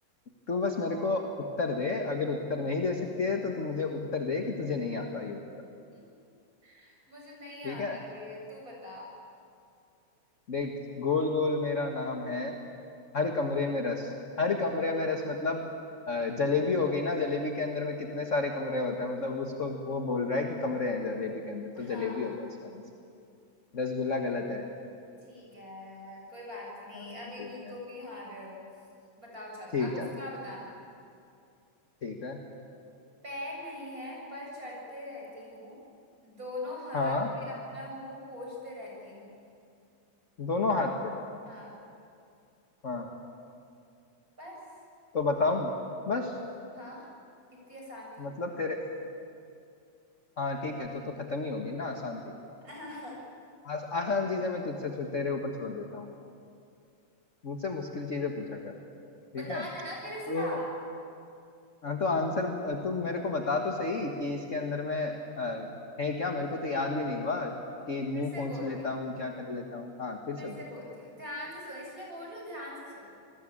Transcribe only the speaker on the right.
यार
<laughs> मुझे नहीं
आता
ये तू बता
हाँ
ठीक है कोई बात नहीं
अभी
भी
तुम ही हार रहे हो बताओ चलो
अब इसका
बताना
पैर नहीं है पर चढ़ते रहती हूँ दोनों हाथ
से अपना मुंह पोंछते रहती हूँ
हाँ
बस
हाँ इतनी आसान थी
<laughs>
बता
देना फिर
इसका
फिर
से
बोलती
हूँ
फिर
से
बोलती हूँ ध्यान से सुन इसलिए बोल रही हूँ ध्यान से सुन